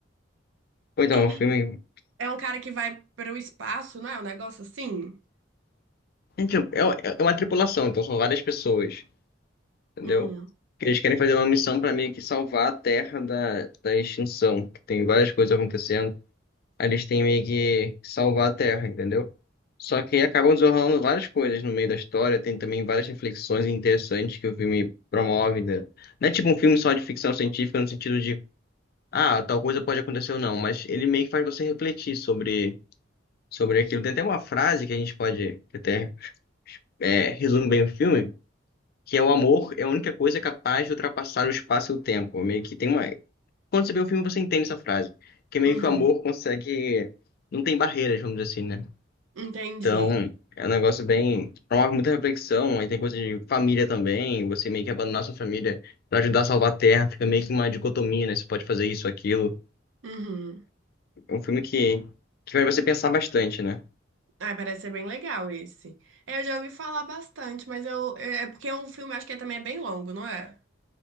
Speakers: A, on the left; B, on the right.
A: Ou então,
B: Ele
A: é um filme.
B: é um cara que vai para o espaço, não é? Um negócio assim?
A: Gente, é, é é uma tripulação, então são várias pessoas, entendeu?
B: Hum,
A: Que eles querem fazer uma missão para meio que salvar a Terra da, da extinção, que tem várias coisas acontecendo. Aí eles têm meio que salvar a Terra, entendeu? Só que acabam desenrolando várias coisas no meio da história, tem também várias reflexões interessantes que o filme promove. né? Não é tipo um filme só de ficção científica no sentido de, ah, tal coisa pode acontecer ou não, mas ele meio que faz você refletir sobre, sobre aquilo. Tem até uma frase que a gente pode, que até é, resume bem o filme, que é o amor é a única coisa capaz de ultrapassar o espaço e o tempo. Meio que tem uma... Quando você vê o filme, você entende essa frase, que meio
B: uhum,
A: que o amor consegue... Não tem barreiras, vamos dizer assim, né?
B: entendi.
A: Então, é um negócio bem. Promove muita reflexão, aí tem coisa de família também, você meio que abandonar sua família pra ajudar a salvar a Terra, fica meio que uma dicotomia, né? Você pode fazer isso, aquilo.
B: Uhum.
A: É um filme que, que faz você pensar bastante, né?
B: Ah, parece ser bem legal esse. É, Eu já ouvi falar bastante, mas eu, é é porque é um filme, acho que é- também é bem longo, não é?